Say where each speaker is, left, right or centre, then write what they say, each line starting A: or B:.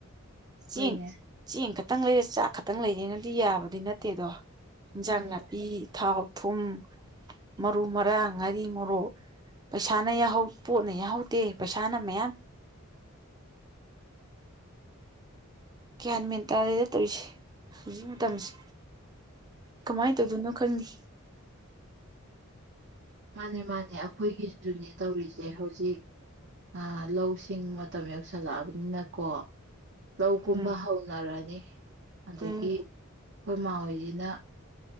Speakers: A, on the right (about 20°); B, on the right (about 50°).
A: ꯆꯦꯡ
B: ꯍꯣꯏꯅꯦ
A: ꯆꯦꯡ ꯈꯛꯇꯪ ꯂꯩꯔ ꯆꯥꯛ ꯈꯛꯇꯪ ꯂꯩꯔꯅꯗꯤ ꯌꯥꯕꯗꯤ ꯅꯠꯇꯦꯗꯣ ꯏꯟꯖꯥꯡ
B: ꯃꯥꯅꯤ
A: ꯅꯥꯄꯤ ꯊꯥꯎ ꯊꯨꯝ ꯃꯔꯨ ꯃꯔꯥꯡ ꯉꯥꯔꯤ ꯃꯣꯔꯣꯛ ꯄꯩꯁꯥꯅ ꯌꯥꯍꯧ ꯄꯣꯠꯅ ꯌꯥꯎꯍꯧꯗꯦ ꯄꯩꯁꯥꯅ ꯃꯌꯥꯝ ꯒ꯭ꯌꯥꯟ ꯃꯦꯟ ꯇꯥꯗꯦꯗ ꯇꯧꯔꯤꯁꯦ ꯍꯧꯖꯤꯛ ꯃꯇꯝꯁꯦ ꯀꯃꯥꯏ ꯇꯧꯗꯣꯏꯅꯣ ꯈꯪꯗꯦ
B: ꯃꯥꯅꯦ ꯃꯥꯅꯦ ꯑꯩꯈꯣꯏꯒꯤꯁꯨꯅꯦ ꯇꯧꯔꯤꯁꯦ ꯍꯧꯖꯤꯛ ꯑ ꯂꯧꯁꯤꯡ ꯃꯇꯝ ꯌꯧꯁꯜꯂꯛꯑꯕꯅꯤꯅꯀꯣ ꯂꯧꯀꯨꯝꯕ
A: ꯎꯝ
B: ꯍꯧꯅꯔꯅꯤ ꯑꯗꯒꯤ
A: ꯎꯝ
B: ꯑꯩꯈꯣꯏꯃꯥ ꯍꯣꯏꯁꯤꯅ